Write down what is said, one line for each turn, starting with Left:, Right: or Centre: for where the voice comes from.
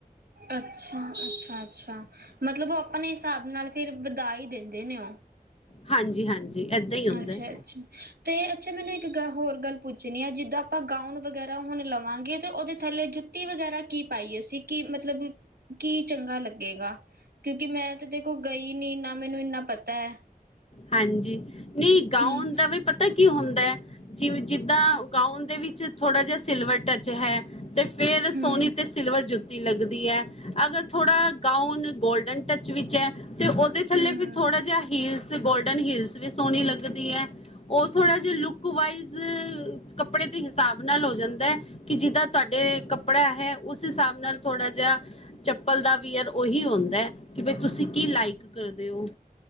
Right: ਅੱਛਾ ਅੱਛਾ ਅੱਛਾ ਮਤਲਬ ਉਹ ਆਪਣੇ? ਹਿਸਾਬ ਨਾਲ ਫੇਰ ਵਧਾਈ ਦਿੰਦੇ ਨੇ ਉਹ?
Left: ਹਾਂਜੀ ਹਾਂਜੀ। ਏਦਾਂ ਹੀ ਹੁੰਦਾ
Right: ਅੱਛਾ
Left: ਹੈ
Right: ਅੱਛਾ ਤੇ। ਅੱਛਾ ਮੈਨੂੰ ਇੱਕ ਗੱਲ ਹੋਰ ਗੱਲ ਪੁੱਛ। ਪੁੱਛਣੀ ਆ ਜਿੱਦਾਂ ਆਪਾਂ ਗਾਊਨ ਵਗੈਰਾ ਹੁਣ ਲਵਾਂਗੇ ਤੇ ਉਹਦੇ ਥੱਲੇ? ਜੁੱਤੀ ਵਗੈਰਾ ਕੀ ਪਾਈਐ ਅਸੀਂ ਕੀ ਮਤਲਬ ਕੀ ਚੰਗਾ ਲੱਗੇਗਾ ਕਿਉਂਕਿ ਮੈਂ ਤੇ ਦੇਖੋ ਗਈ ਨੀ ਨਾ ਮੈਨੂੰ ਇੰਨਾ ਪਤਾ ਹੈ?
Left: ਹਾਂਜੀ ਨਹੀਂ ਗਾਉਣ
Right: ਹੂੰ,
Left: ਦਾ ਵੀ ਪਤਾ ਕੀ ਹੁੰਦਾ ਹੈ ਜਿਵੇਂ ਜਿੱਦਾਂ ਗਾਊਨ ਦੇ ਵਿੱਚ ਥੋੜਾ ਜਿਹਾ ਸਿਲਵਰ ਟੱਚ ਹੈ ਤੇ ਫੇਰ ਸੋਨੀ
Right: ਹੂੰ,
Left: ਤੇ ਸਿਲਵਰ ਜੁੱ ਲੱਗਦੀ ਹੈ ਅਗਰ ਥੋੜਾ ਗਾਊਨ ਗੋਲਡਨ ਟੱਚ ਵਿੱਚ ਹੈ ਤੇ ਉਹਦੇ ਥੱਲੇ
Right: ਹੂੰ।
Left: ਵੀ ਥੋੜਾ ਜਿਹਾ ਹੀਲਸ ਗੋਲਡਨ ਹਿਲਸ ਵੀ ਸੋਹਣੀ ਲੱਗਦੀ ਹੈ ਉਹ ਥੋੜਾ ਜ ਲੁਕ ਵਾਇਜ਼ ਕੱਪੜੇ ਦੇ ਹਿਸਾਬ ਨਾਲ ਹੋ ਜਾਂਦਾ ਕਿ ਜਿਾਂ ਤੁਹਾਡੇ ਕੱਪੜਾ ਹੈ ਉਸ ਹਿਸਾਬ ਨਾਲ ਥੋੜਾ ਜਹਾ ਚੱਪਲ ਦਾ ਵੀਅਰ ਓਹੀ ਹੁੰਦਾ ਹੈ ਕਿ ਬ ਤੁਸੀਂ ਕੀ ਲਾਈਕ ਕਰਦੇ ਹੋ